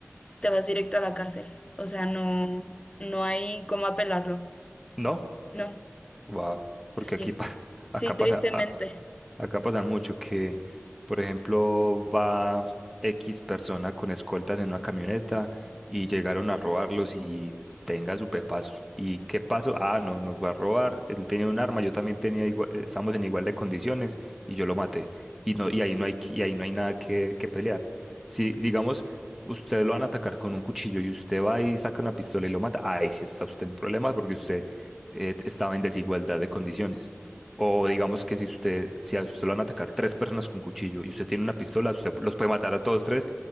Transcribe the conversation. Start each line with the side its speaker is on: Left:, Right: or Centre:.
Left: te vas directo a la cárcel. O sea, no, no hay cómo apelarlo.
Centre: ¿No?
Left: No,
Centre: Wow, porque
Left: sí,
Centre: aquí pa- <laughs> acá
Left: sí, tristemente.
Centre: pasa a- acá pasa mucho que, por ejemplo, va X persona con escoltas en una camioneta y llegaron a robarlos y tenga su pepazo. ¿Y qué pasó? Ah, no, nos va a robar. Él tenía un arma, yo también tenía igua- eh, estamos en igual de condiciones y yo lo maté. Y no y ahí no hay qui- y ahí no hay nada que, que pelear. Si digamos Usted lo van a atacar con un cuchillo y usted va y saca una pistola y lo mata. Ahí sí está usted en problemas porque usted eh, estaba en desigualdad de condiciones. O digamos que si usted, si a usted lo van a atacar tres personas con cuchillo y usted tiene una pistola, usted los puede matar a todos tres